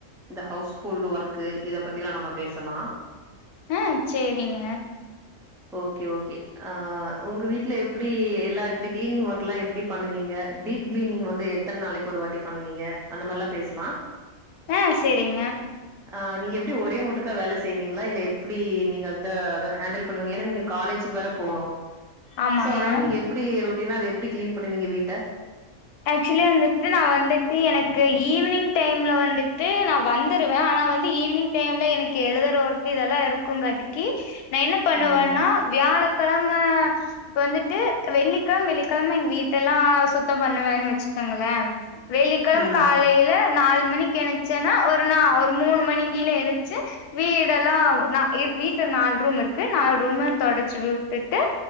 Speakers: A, in the centre; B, on the left (about 85°).
A: இந்த ஹவுஸ்ஹோல்டு ஒர்க் இத பத்தி எல்லா நம்ம பேசலா
B: அ சேரிங்க
A: ஓகே ஓகே அ உங்க வீட்டுல எப்பிடி எல்லா எப்பிடி கிளீனிங் ஒர்க்ல்லா எப்பிடி பண்ணுவீங்க டீப் கிளீனிங் வந்து எத்தன நாளைக்கு ஒரு வாட்டி பண்ணுவீங்க அந்த மாரிலா பேசலா
B: ஆ சேரிங்க
A: ஆ நீங்க எப்பிடி ஒரே முட்டுக்கா வேல செய்வீங்களா இல்ல எப்பிடி நீங்க அந்த அத ஹேண்டல் பண்ணுவீங்க நீங்க காலேஜுக்கு வேற போனு
B: ஆமாங்க
A: சோ அதனால நீங்க எப்பிடி ரொட் எப்பிடி கிளீன் பண்ணுவீங்க வீட்ட
B: ஆக்சுலி வந்துட்டு நா வந்துட்டு எனக்கு ஈவினிங் டைம்ல வந்துட்டு நா வந்துருவே ஆனா வந்து ஈவினிங் டைம்ல எனக்கு எழுதுற வோர்க்கு இதெல்லா இருக்குங்கட்டிக்கு நா என்ன பண்ணுவேன்னா
A: ம்
B: வியாழக் கிழம இப்ப வந்துட்டு வெள்ளிக்கிழம வெள்ளிக்கிழம எங்க வீட்டல்லா சுத்தம் பண்ண ன்னுவேன்னு வச்சுக்காங்கள வெள்ளிக்கெழம
A: ம்
B: காலேல நாலு மணிக்கு எந்திச்சேனா ஒரு நா ஒரு மூணு மணிக்கிழ இணச்சு வீடெல்லா நா வீட்டுல நாலு ரூம் இருக்கு நாலு ரூம தொடச்சு விட்டுட்டு